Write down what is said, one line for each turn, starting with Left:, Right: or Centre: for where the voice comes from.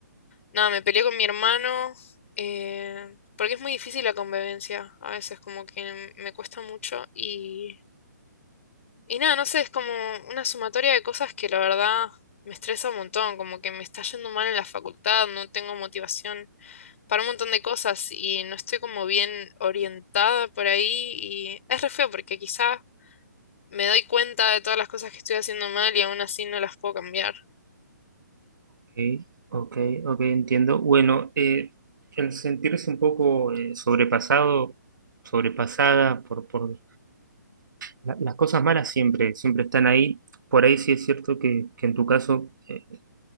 Left: nada, me peleé con mi hermano, eh, porque es muy difícil la convivencia, a veces como que me cuesta mucho y, y nada, no sé, es como una sumatoria de cosas que la verdad me estresa un montón, como que me está yendo mal en la facultad, no tengo motivación para un montón de cosas y no estoy como bien orientada por ahí y es re feo porque quizá me doy cuenta de todas las cosas que estoy haciendo mal y aún así no las puedo cambiar.
Right: ok, ok, ok, entiendo. Bueno, eh, el sentirse un poco eh, sobrepasado, sobrepasada por, por la- las cosas malas siempre, siempre están ahí. Por ahí sí es cierto que, que en tu caso eh,